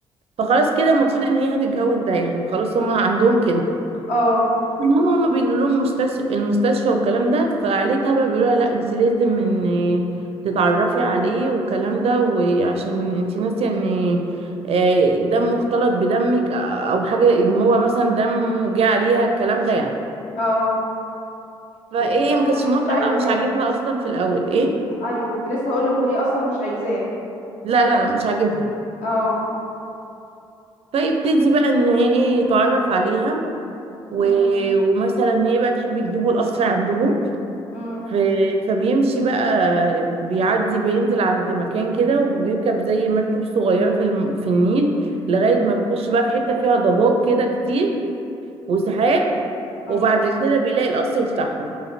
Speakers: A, on the right; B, on the left.
A: فخلاص كده المفروض ان هي هتتجوز ده يعني خلاص هما عندهم كده
B: اه
A: المهم هما بينقلوا لهم مستشفى المستشفى والكلام ده فعيلتها بقى بيقولوا لها لا انت لازم ان تتعرفي عليه والكلام ده وعشان انت ناسيه ان آه، دم مختلط بدمك او حاجه ان هو مثلا دمه جه عليها الكلام ده يعني
B: اه
A: فايه
B: وهي طبعا
A: ما كانتش
B: ما كانتش
A: موافقه
B: عايزاه
A: بقى مش عاجبها اصلا في الاول ايه
B: ايوه كنت لسه هقولك وهي اصلا مش عايزاه
A: لا لا لا مش عاجبها
B: اه
A: فيبتدي بقى ان هي ايه يتعرف عليها و...
B: امم
A: ومثلا ان هي بقى تحب تجيبه القصر عندهم
B: امم
A: ف- فبيمشي بقى بيعدي بينزل عند مكان كده وبيركب زي مركب صغيرة في الم... في النيل لغاية ما بيخش بقى في حتة فيها ضباب كده كتير وسحاب
B: امم
A: وبعد كده بيلاقي القصر بتاعهم